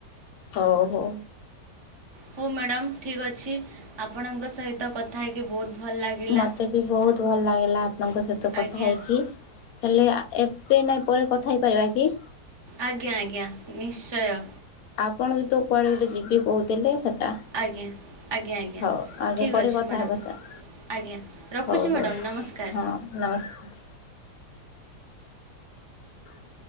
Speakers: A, on the left (about 65°); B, on the right (about 40°).
A: ହଉ ହଉ।
B: ହଉ ମ୍ୟାଡ଼ାମ୍ ଠିକ୍ ଅଛି ଆପଣଙ୍କ ସହିତ କଥା ହେଇକି ବହୁତ ଭଲ ଲାଗିଲା
A: ମତେ ବି ବହୁତ ଭଲ ଲାଗିଲା ଆପଣଙ୍କ ସହିତ କଥା
B: ଆଜ୍ଞା
A: ହେଇକି ହେଲେ ଏବେ ନାଇଁ ପରେ କଥା ହେଇ ପାରିବା କି?
B: ଆଜ୍ଞା ଆଜ୍ଞା ନିଶ୍ଚୟ।
A: ଆପଣ ଯେତୁ କୁଆଡେ ଗୋଟେ ଯିବି କହୁଥିଲେ ସେଟା
B: ଆଜ୍ଞା ଆଜ୍ଞା ଆଜ୍ଞା
A: ହଉ ଆଜ୍ଞା
B: ଠିକ୍
A: ପରେ
B: ଅଛି
A: କଥା
B: ମ୍ୟାଡ଼ାମ୍
A: ହେବା ସାର୍।
B: ଆଜ୍ଞା ରଖୁଛି
A: ହଉ ହଉ
B: ମ୍ୟାଡ଼ାମ୍ ନମସ୍କାର
A: ହଁ ନମସ୍କାର। <inaudible>